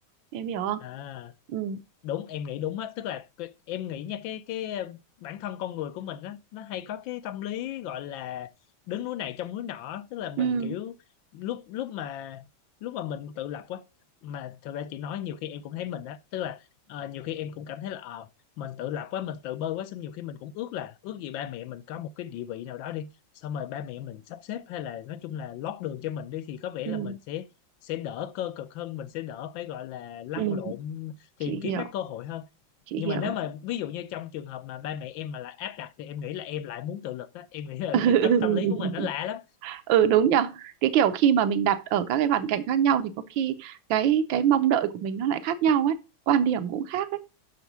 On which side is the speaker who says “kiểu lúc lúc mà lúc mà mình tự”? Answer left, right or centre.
Left